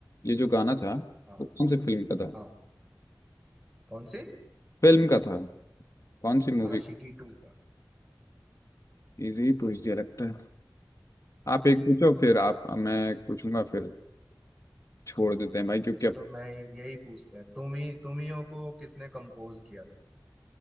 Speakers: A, on the left (about 50°); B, in the centre.
A: ये जो गाना था
B: हाँ
A: वो कौन से फिल्म का था
B: हाँ कौन से
A: फिल्म का था कौन सी मूवी
B: आशिकी टू का
A: इजी पूछ दिया लगता है आप एक पूछो फिर आप मैं एक पूछूंगा फिर छोड़ देते हैं भाई क्योंकि
B: चलो
A: अब
B: मैं यही पूछता है तुम ही तुम हियों को किसने कंपोज किया था